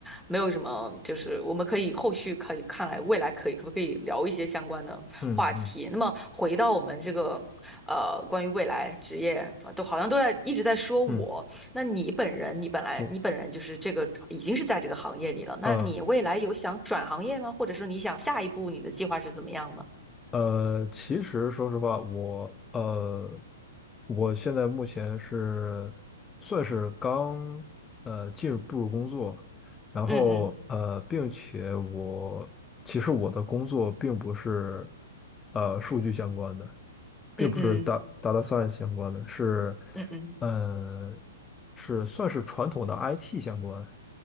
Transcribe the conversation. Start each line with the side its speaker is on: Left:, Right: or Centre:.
Centre: 没有什么，就是我们可以后续可以看来未来可以可不可以聊一些相关的话题。
Left: 嗯嗯
Centre: 那么回到我们这个呃，关于未来职业，都好像都在一直在说我。
Left: 嗯，
Centre: 那你本人，你本来你本人就是这个已经是在这个行业里了，
Left: 我
Centre: 那你未来有想转行业吗？
Left: 呃
Centre: 或者说你想下一步你的计划是怎么样的？
Left: 呃，其实说实话，我呃我现在目前是算是刚呃进入步入工作。然后呃，
Centre: 嗯嗯
Left: 并且我其实我的工作并不是呃数据相关的，并不是
Centre: 嗯嗯
Left: d a t data science 相关的，是
Centre: 嗯嗯
Left: 呃是算是传统的 IT 相关。